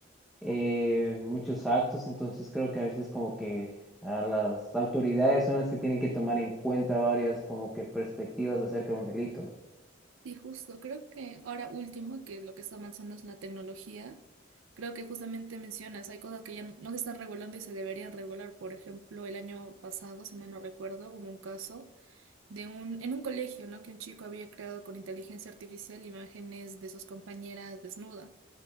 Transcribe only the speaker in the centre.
eh, muchos actos, entonces creo que a veces como que a las autoridades son las que tienen que tomar en cuenta varias como que perspectivas acerca de un delito.